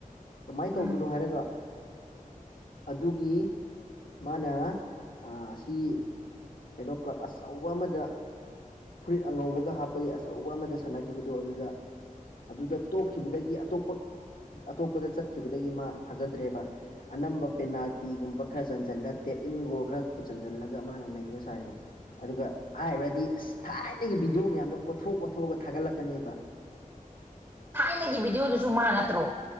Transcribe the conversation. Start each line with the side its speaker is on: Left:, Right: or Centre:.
Left: ꯀꯃꯥꯏꯅ ꯇꯧꯕꯅꯣ
Right: ꯎꯝ
Left: ꯍꯥꯏꯔꯒ ꯑꯗꯨꯒꯤ ꯃꯥꯅ ꯁꯤ ꯀꯩꯅꯣ ꯀ꯭ꯂꯕ ꯑꯆꯧꯕ ꯑꯃꯗ ꯐꯨꯔꯤꯠ ꯑꯉꯧꯕꯒ ꯍꯥꯞꯄꯒꯤ ꯑꯆꯧꯕ ꯑꯃꯗ ꯁꯥꯟꯅꯈꯤꯕꯗꯣ ꯑꯗꯨꯗ ꯑꯗꯨꯗ ꯇꯣꯛꯈꯤꯕꯗꯒꯤ ꯑꯇꯣꯞꯄ ꯑꯇꯣꯞꯄꯗ ꯆꯠꯈꯤꯕꯗꯒꯤ ꯃꯥ ꯐꯖꯗ꯭ꯔꯦꯕ ꯑꯅꯝꯕ ꯄꯦꯅꯥꯜꯇꯤꯒꯨꯝꯕ ꯈꯔ ꯆꯟꯁꯤꯜꯂ ꯇꯦꯞ ꯏꯟꯒꯣꯜ ꯈꯔ ꯆꯟꯁꯤꯜꯂꯒ ꯃꯥꯅ ꯅꯩꯕ ꯁꯥꯔꯤꯕ ꯑꯗꯨꯒ ꯍꯥꯏꯔꯨꯔꯗꯤ ꯑꯁ ꯊꯥꯏꯅꯒꯤ ꯚꯤꯗꯤꯑꯣ ꯃꯌꯥꯝꯗꯣ ꯀꯣꯊꯣꯛ ꯀꯣꯊꯣꯛꯑꯒ ꯊꯥꯒꯠꯂꯛꯀꯅꯦꯕ <unintelligible>
Right: ꯊꯥꯏꯅꯒꯤ ꯚꯤꯗꯤꯑꯣꯗꯨꯁꯨ ꯃꯥ ꯅꯠꯇ꯭ꯔꯣ